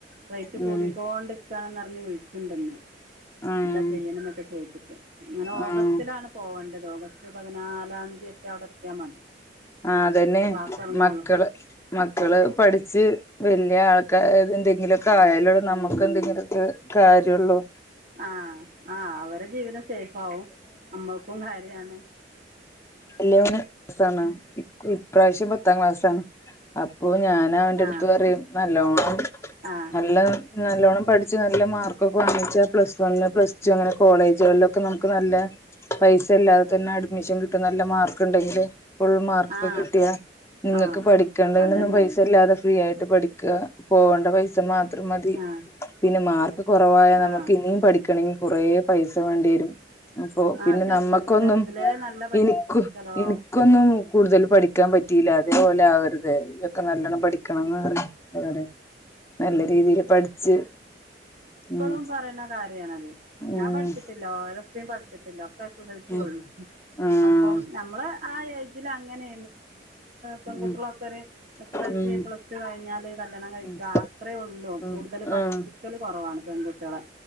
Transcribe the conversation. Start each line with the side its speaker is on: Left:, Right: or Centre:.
Right: റേറ്റ്
Left: ഉം
Right: കൂടിക്കൊണ്ടിരിക്കാണ് ഞ് വിിച്ചണ്ടന്ന്
Left: ഉം
Right: എന്താ ചെയ്യണൊക്കെ ചോദിച്ചിട്ട് അങ്ങനെ
Left: ആഹ്
Right: ഓഗസ്റ്റിലാണ് പോവേണ്ടത് ഓഗസ്റ്റ് പതിനാലാം തീയതിയട്ട് അവിടെ എത്തിയാ മതി
Left: ആ അതന്നെ
Right: ക്ലാസ് തുടങ്ങുള്ളൂ
Left: മക്കള് മക്കള് പഠിച്ച് വ ആൾക്കാർ എന്തെങ്കിലുമൊക്കെ ആയാലോട നമുക്ക് എന്തെങ്കിലുമൊക്കെ കാര്യമള്ളൂ
Right: ആഹ ആഹ അവരു ജീവിതം സേഫ് ആാവവും നമ്മൾക്കും കാര്യാണ്
Left: എല്ല ക്ലാാണ് ഇപ്രാവശ്യം പത്താം ക്ലാസ്ാണ് അപ്പൊ ഞൻ അവന്റെ
Right: ആ
Left: അടുത്ത് പറയും നല്ലോണം
Right: ആ
Left: നല്ല നല്ലോണ്ണം പഠിച്ച് നല്ല മാർക്കൊക്കെ വാങ്ങിച്ചാൽ പ്ലസ് വണ് പ്ലസ് ടു അങ്ങനെ കോളേജുകളിലൊക്കെ നമ നല്ല പൈസ അല്ലാതെ തന്നെ അഡ്മിഷൻ കിട്ടും നല്ല മാർക്ക് ഉണ്ടെങ്കിൽ ഫുൾ മാർക്ക്
Right: ആ
Left: ഒക്കെ കിട്ടിയാ നിങ്ങക്ക്
Right: ആ
Left: പഠിക്കേണ്ടൊന്നും
Right: അതുതന്നെ
Left: പൈസ ഇല്ലാതെ ഫ്രീ ആയിട്ട് ഠിക്ക പോകേണ്ട പൈസ മാത്രം അത്ര മതി
Right: ആ
Left: പിന്നെ മാർക്ക് കുറവായ
Right: ആ
Left: നമുക്ക് ഇനിയും പഠിക്കണമെങ്കിൽ കുറേ പൈസ വേണ്ടി വരും അപ്പൊ
Right: ആ
Left: പിന്നെ
Right: ചെറുപ്പം
Left: നമ്മക്കൊന്നും
Right: ചെറുതിലേ നല്ല പൈസ
Left: എനക്ക്
Right: ചിലവാകും
Left: എനിക്കൊന്നും കൂടുതൽ പഠിക്കാൻ പറ്റില്ല അതേപോലെ ആവരുതേ ഇതൊക്കെ നല്ലണം പഠിക്കണംന്ന് പറ അവരോടെ നല്ല രീതിയില് പഠിച്ച്
Right: ഇപ്പോഴും
Left: ഉം
Right: പറയുന്ന കാര്യണത്
Left: ഉം
Right: ഞാൻ പഠിച്ചിട്ടില്ല രപ്പും പഠിച്ചിട്ടില്ല ഒക്കെഹത്തിള്ളൂ
Left: ഉം ഉം ആഹ്
Right: അപ്പം നമ്മള് ആ ഏജിൽ അങ്ങനെ പെൺകുട്ടികളൊക്കെ
Left: ഉം
Right: എ കഴച്ച്
Left: ഉം
Right: പ്ലസ് ടു കഴിഞ്ഞാല് കല്യാണം കഴിക്കും
Left: ഉം
Right: അത്രയേ ഉള്ളൂ കൂടുതൽ
Left: ഉം
Right: പഠിപ്പിക്കല്
Left: ആഹ്
Right: കുറവാണ് പെൺകുട്ടികളെ